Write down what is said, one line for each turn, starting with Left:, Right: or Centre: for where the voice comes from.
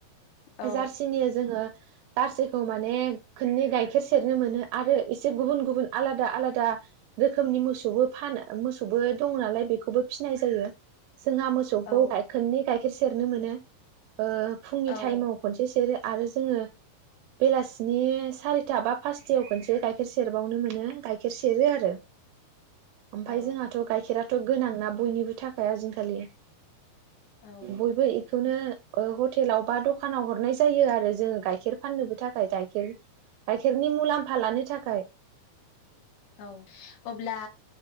Left: औ
Right: जारसिनि जोङो जारसि माने खननै गाइखेर सेरनो मोनो आरो एसे गुबुन गुबुन आलादा आलादा रोखोमनि मोसौबो फानो मोसौबो दङ नालाय बे बेखौबो फिनाय जायो। जोंहा मोसौखौ
Left: औ
Right: गायखेरनि गाय सेर सेरनो मोनो ओ फुंनि
Left: औ
Right: टाइमाव खनसे सेरो आरो जोङो बेलासिनि सारिथा बा पासथायाव खनसे गाइखेर सेरबावनो मोनो गाइखेर सेरो आरो ओमफाय
Left: औ
Right: जोंहाथ' गाइखेराथ' आंना बयनिबो थाखाय आजिनखालि
Left: औ
Right: बयबो बेखौनो ह हटेलाव बा दखानाव हरनाय जायो आरो जोंङो गाइखेर फाननोबो थाखाय गाइखेर गाइखेरनि मुलाम्फा लानो थाखाय
Left: औ अब्ला